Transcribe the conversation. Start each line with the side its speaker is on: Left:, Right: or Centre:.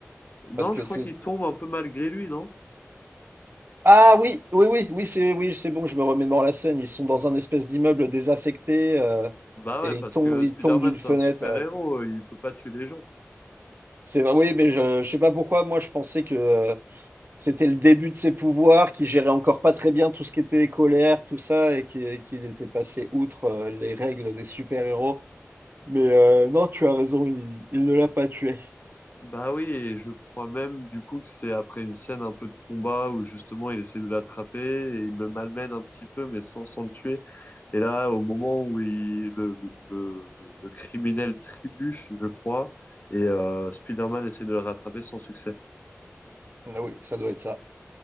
Left: Non,
Right: Parce que
Left: je crois
Right: c'est
Left: qu'il tombe un peu malgré lui, non?
Right: Ah oui, oui, oui, oui, c'est oui, c'est bon, je me remémore la scène. Ils sont dans un espèce d'immeuble désaffecté euh,
Left: Bah ouais,
Right: et ils
Left: parce
Right: tombent,
Left: que
Right: ils
Left: Spider-Man,
Right: tombent d'une
Left: c'est
Right: fenêtre.
Left: un super-héros,
Right: ouais.
Left: il peut pas tuer les gens.
Right: C'est vrai, oui, mais je, je sais pas pourquoi. Moi, je pensais que euh, c'était le début de ses pouvoirs, qu'il gérait encore pas très bien tout ce qui était colère, tout ça, et qu'il qu'il était passé outre euh, les règles des super-héros. Mais euh, non, tu as raison, il, il ne l'a pas tué.
Left: Bah oui, et je crois même du coup que c'est après une scène un peu de combat où justement il essaie de l'attraper et il le malmène un petit peu mais sans, sans le tuer. Et là, au moment où il, le, le, le, le criminel trébuche, je crois, et euh, Spider-Man essaie de le rattraper sans succès.
Right: Ah oui, ça doit être ça.